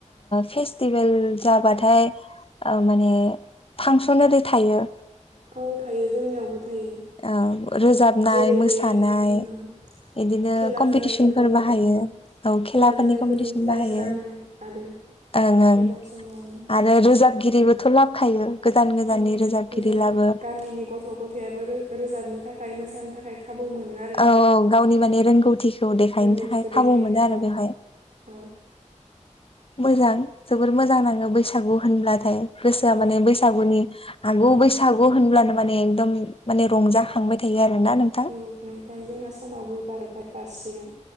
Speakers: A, on the left; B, on the right.
A: फेस्टिभेल जाबाथाय माने फांसन ओरै थायो
B: औ थायो जोंनियावबो थायो
A: औ रोजाबनाय
B: जेरै
A: मोसानाय
B: बे उम
A: बिदिनो
B: खेला
A: कम्पिटिसनफोर
B: जानायफोरनि
A: बाहायो
B: उम
A: औ
B: खेला
A: खेलाफोरनि
B: जानायफोरनि
A: कम्पिटिसन
B: प्राइज
A: बाहायो
B: रानो आरो
A: ओं ओं
B: बे फांसनावनो
A: आरो रोजाबगिरिबोथ' लाबोखायो गोजान गोजाननि
B: ओ
A: रोजाबगिरि
B: रोजाब
A: लाबो
B: गामिनि गथ' गथायाबो रोजाबनो थाखाय मोसानो थाखाय खाबु मोनो आरो
A: औ गावनि माने रोंगौथिखौ देखायनो
B: रोंगौथिखौ
A: थाखाय
B: देखायनो
A: खाबु मोनो आरो
B: औ
A: बेवहाय
B: औ
A: मोजां जोबोर मोजां नाङो बैसागु होनब्लाथाय गोसोआ
B: औ
A: माने बैसागुनि आगु
B: औ
A: बैसागु होनब्लानो माने एकदम माने
B: औ
A: रंजाखांबाय थायो आरोना नोंथाङ
B: औ नोंथां जोंना समाबो बारबाय बारसिगोन